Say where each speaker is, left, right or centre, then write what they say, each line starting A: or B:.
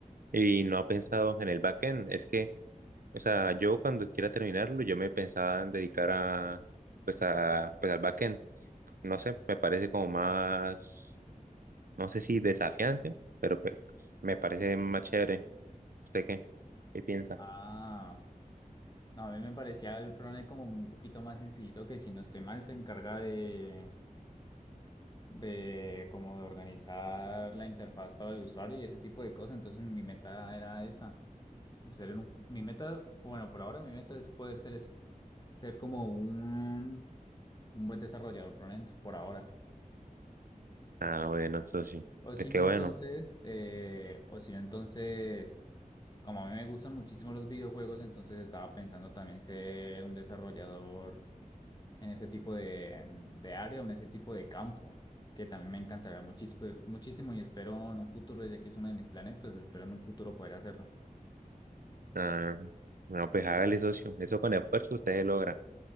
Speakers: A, on the right; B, on the left.
A: Y no ha pensado en el backend, es que O sea, yo cuando quiera terminarlo, yo me pensaba en dedicar a, pues a, pues al backend. No sé, me parece como más, no sé si desafiante, pero pues me parece más chévere. ¿Usted qué? ¿Qué piensa?
B: Ah, no, a mí me parecía el front-end como un poquito más sencillo, que si no estoy mal se encarga de de como de organizar la interfaz para el usuario y ese tipo de cosas. Entonces mi meta era esa, ser un, mi meta, bueno, por ahora mi meta es poder ser, es- ser como un, un buen desarrollador frontend por ahora.
A: Ah, bueno, socio.
B: O
A: Pues
B: si
A: qué
B: no,
A: bueno.
B: entonces, eh, o si no, entonces, como a mí me gustan muchísimo los videojuegos, entonces estaba pensando también ser un desarrollador en ese tipo de, de área o en ese tipo de campo, que también me encantará muchísimo, muchísimo y espero en un futuro, ya que es uno de mis planes, pues espero en un futuro poder hacerlo.
A: Ah, bueno pues hágale, socio. Eso con esfuerzo usted logra.